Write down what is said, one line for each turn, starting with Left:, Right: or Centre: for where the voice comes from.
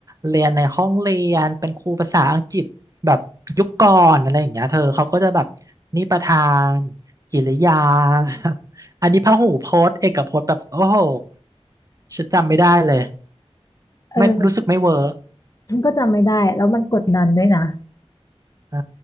Right: เรียนในห้องเรียนเป็นครูภาษาอังกฤษแบบยุคก่อนอะไรอย่างเงี้ยเธอเขาก็จะแบบนิประธานกิริยา <laughs> อันนี้พหูพจน์เอกพจน์แบบโอ้โหฉันจำไม่ได้เลย
Left: เออ
Right: ไม่รู้สึกไม่เวิร์ก
Left: ฉันก็จำไม่ได้แล้วมันกดดันด้วยนะ
Right: เออ